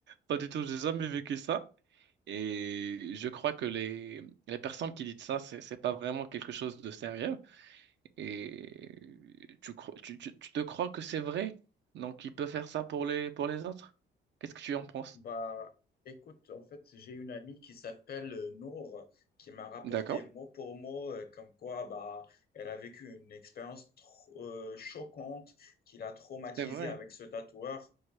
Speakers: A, on the right; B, on the left.
A: Pas du tout, j'ai jamais vécu ça. Et je crois que les, les personnes qui disent ça, c'est c'est pas vraiment quelque chose de sérieux. Et tu, cro- tu, tu, tu te crois que c'est vrai? Donc, il peut faire ça pour les, pour les autres? Qu'est-ce que tu en penses?
B: Bah, écoute, en fait, j'ai une amie qui s'appelle euh, Nour, qui m'a rapporté
A: D'accord,
B: mot pour mot, euh, comme quoi, bah, elle a vécu une expérience tr- euh, choquante qui l'a traumatisée
A: c'est vrai.
B: avec ce tatoueur.